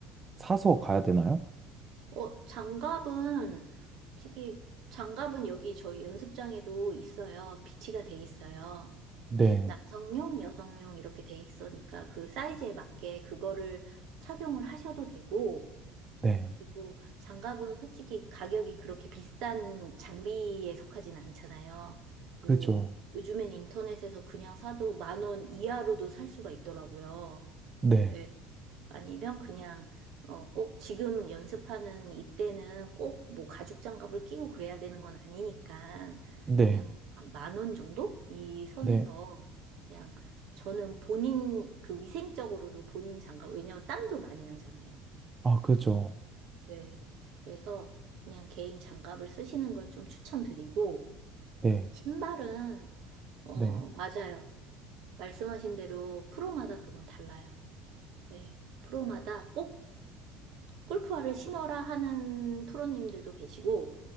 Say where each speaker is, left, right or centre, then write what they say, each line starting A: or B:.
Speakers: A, on the right (about 25°); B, on the right (about 60°).
A: 사서 가야 되나요?
B: 어, 장갑은 솔직히 장갑은 여기 저희 연습장에도 있어요. 비치가 돼 있어요.
A: 네,
B: 예, 남성용, 여성용 이렇게 돼 있으니까 그 사이즈에 맞게 그거를 착용을 하셔도 되고,
A: 네,
B: 그리고 장갑은 솔직히 가격이 그렇게 비싼 장비에 속하진 않잖아요. 뭐,
A: 그죠.
B: 요즘엔 인터넷에서 그냥 사도 만 원 이하로도 살 수가 있더라고요.
A: 네,
B: 예. 아니면 그냥 어, 꼭 지금 연습하는 이때는 꼭 뭐 가죽 장갑을 끼고 그래야 되는 건 아니니까
A: 네,
B: 그냥 뭐 한만 원 정도? 이 선에서
A: 네.
B: 그냥 저는 본인 그 위생적으로도 본인 장갑, 왜냐면 땀도 많이 나잖아요.
A: 아, 그죠.
B: 네. 그래서 그냥 개인 장갑을 쓰시는 걸 좀 추천드리고
A: 네,
B: 신발은 어,
A: 네,
B: 맞아요. 말씀하신 대로 프로마다 그건 달라요. 예. 프로마다 꼭 골프화를 신어라 하는 프로님들도 계시고,